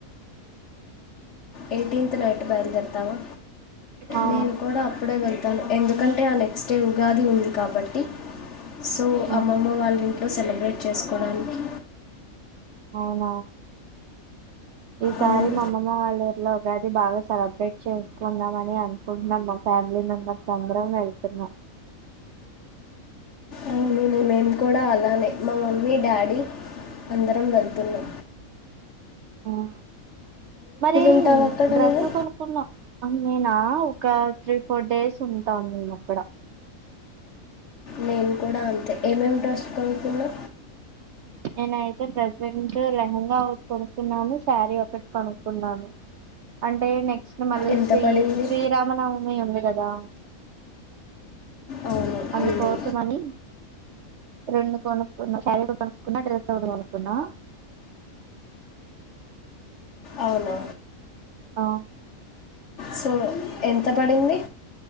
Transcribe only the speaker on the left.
ఎయిటీన్త్ నైట్ బయలుదేరతావా
నేను కూడా అప్పుడే వెళ్త ను ఎందుకంటే ఆ నెక్స్ట్ డే ఉగాది ఉంది కాబట్టి సో
అమ్మమ్మ వాళ్ళని సెలబ్రేట్ చేసుకోవడానికి
అవును
అవును నేను మేము కూడా అలానే మా మమ్మీ డాడీ అందరం వెళ్తున్నా
ఉంటావు అక్కడ
నువ్వు
నేను కూడా అంతే ఏమేం ట్రస్ట్ కలుతున్నా
ఎంత
పడింది
అవును
ఉంది
అవును
సో ఎంత పడింది